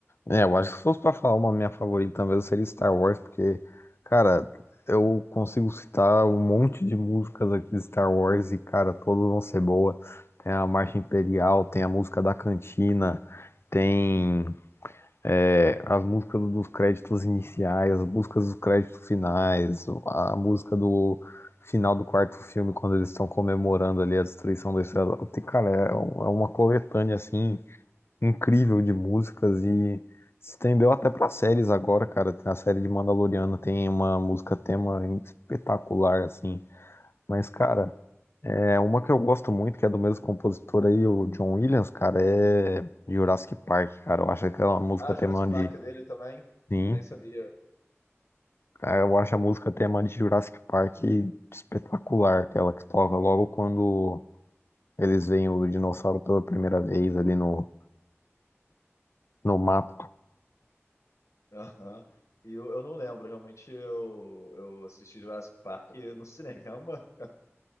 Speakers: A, on the left (about 60°); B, on the left (about 85°).
A: É, eu acho que se fosse pra falar uma minha favorita, talvez seria Star Wars, porque, cara, eu consigo citar um monte de músicas aqui de Star Wars e, cara, todas vão ser boas. Tem a Marcha Imperial, tem a música da cantina, tem
B: Uhum.
A: é, as músicas dos créditos iniciais, as músicas dos créditos finais, a música do final do quarto filme, quando eles estão comemorando ali a destruição da estrela. Tem- Cara, é um- é uma coletânea assim incrível de músicas e se estendeu até pra séries agora, cara. Tem a série de Mandaloriano tem uma música tema espetacular, assim. Mas, cara, é uma que eu gosto muito, que é do mesmo compositor aí, o John Williams, cara, é Jurassic Park, cara. Eu acho aquela música
B: Ah,
A: tema
B: Jurassic
A: de.
B: Park é dele também?
A: Sim,
B: Nem sabia.
A: cara, eu acho
B: Cara, eu-
A: a música tema de Jurassic Park espetacular, aquela que toca logo quando eles veem o dinossauro pela primeira vez ali no, no mapa.
B: Aham. E eu, eu não lembro, realmente eu, eu assisti Jurassic Park no cinema, <laughs>